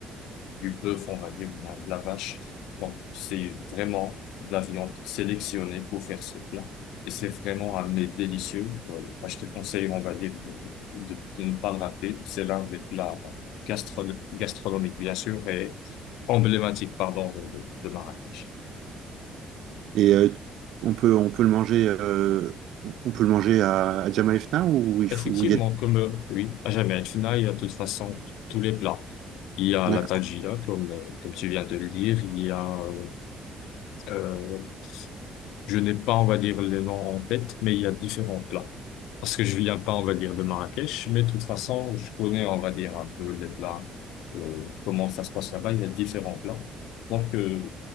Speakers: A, on the left; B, on the right.
A: du bœuf, on va dire, ou bien de la vache. Donc, c'est vraiment de la viande sélectionnée pour faire ce plat. Et c'est vraiment un mets délicieux. Euh, bah, je te conseille, on va dire, de, de ne pas le rater. C'est l'un des plats gastro gastronomiques, bien sûr, et emblématiques, pardon, de, de, de Marrakech.
B: Et euh, on peut, on peut le manger, euh, on peut le manger à, à Jemaa el Fna ou il
A: Effectivement,
B: faut, ou il y a...
A: comme euh, oui, à jamais al Fna, il y a de toute façon tous les plats. Il y a
B: D'accord,
A: la tajina, comme, euh, comme tu viens de le dire, il y a euh, euh, Je n'ai pas, on va dire, les noms en tête, mais il y a différents plats. Parce que je viens pas, on va dire, de Marrakech, mais de toute façon, je connais, on va dire, un peu les plats, euh, comment ça se passe là-bas. Il y a différents plats. Donc, euh,